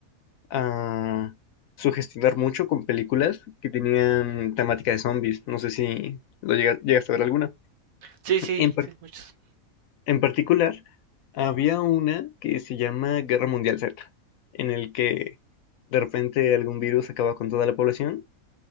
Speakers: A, on the left; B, on the right.
A: a sugestionar mucho con películas que tenían temática de zombies. No sé si lo llega- llegaste a ver alguna.
B: Sí, sí,
A: En, par-
B: sí, muchos.
A: en particular, había una que se llama Guerra Mundial Z, en el que de repente algún virus acaba con toda la población